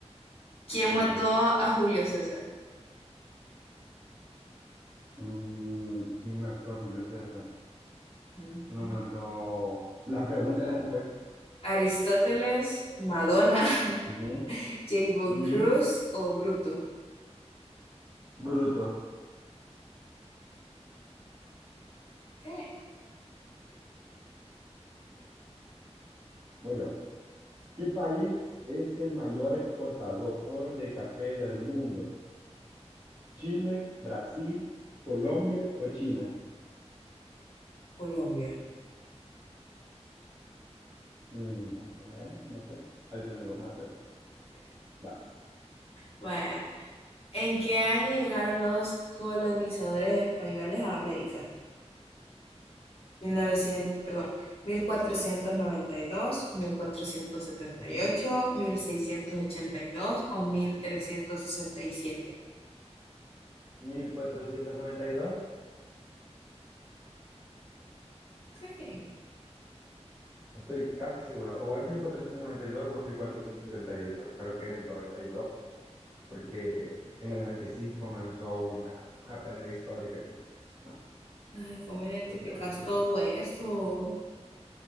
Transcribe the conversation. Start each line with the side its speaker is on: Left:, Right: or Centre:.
Left: ¿Quién
Right: ok.
Left: mató a Julio César?
Right: Mm, ¿quién mató a Julio César?
Left: Ujú.
Right: Lo mató. Las preguntas, las respuestas.
Left: ¿Aristóteles, Madonna,
Right: Ujú,
Left: <laughs> J.B.
Right: ujú.
Left: Cruz o Bruto?
Right: Bruto.
Left: ¿Qué?
Right: Voy yo. ¿Qué país es el mayor exportador de café del mundo? ¿Chile, Brasil, Colombia o China?
Left: Colombia.
Right: Mm, vamos a ver, no sé. Al final nos vamos a dar cuenta. Vas.
Left: Vaya, ¿en qué año llegaron los colonizadores españoles a América? 1900, perdón, mil mil mil cuatrocientos cuatrocientos noventa y y dos, mil cuatrocientos setenta
Right: Ujú.
Left: y ocho, mil seiscientos ochenta y dos o 1367.
Right: mil cuatrocientos noventa y dos.
Left: Ok.
Right: Estoy casi seguro, o es 1492 o es 1478. creo que es el 92, porque en el 95 comenzó una, una pelea histórica, entonces, ah,
Left: Ay, ¿cómo identificas
Right: lo creo, no estoy
Left: todo
Right: seguro.
Left: eso?